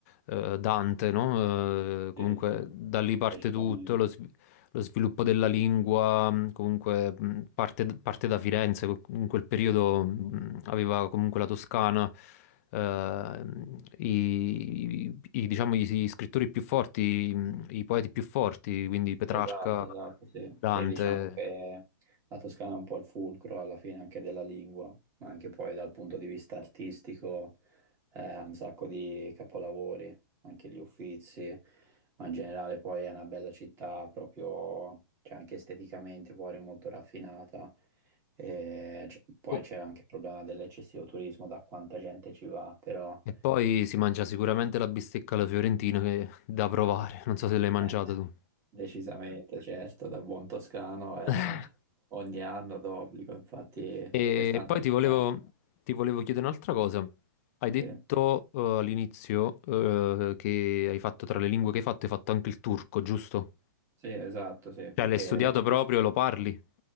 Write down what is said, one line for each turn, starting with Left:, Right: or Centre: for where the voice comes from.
Left: eh, Dante, no? Eh, comunque
Right: Sì, sì,
Left: da lì parte
Right: decisamente.
Left: tutto, lo svi- Lo sviluppo della lingua, mh, comunque, mh, parte, parte da Firenze, que- in quel periodo mh, aveva comunque la Toscana. eh, i, i- i- diciamo, gli, gli scrittori più forti, mh, i poeti più forti, quindi Petrarca,
Right: Esatto, esatto, sì.
Left: Dante.
Right: Sì, diciamo che la Toscana è un po' il fulcro alla fine anche della lingua, ma anche poi dal punto di vista artistico eh, ha un sacco di capolavori, anche gli Uffizi, ma in generale poi è una bella città proprio, cioè anche esteticamente fuori è molto raffinata. E c- poi
Left: Oh,
Right: c'è anche il problema dell'eccessivo turismo, da quanta gente ci va, però...
Left: E poi si mangia sicuramente la bistecca alla fiorentina, che è da provare. Non so se l'hai mangiata
Right: eh,
Left: tu.
Right: Decisamente, certo, da buon toscano eh,
Left: <laughs>
Right: ogni anno d'obbligo, infatti
Left: E
Right: quest'anno
Left: poi
Right: ancora...
Left: ti volevo, ti volevo chiedere un'altra cosa. Hai detto
Right: Sì,
Left: eh, all'inizio eh, che hai fatto tra le lingue che hai fatto, hai fatto anche il turco, giusto?
Right: sì, esatto, sì, perché...
Left: Cioè l'hai studiato proprio, e lo parli?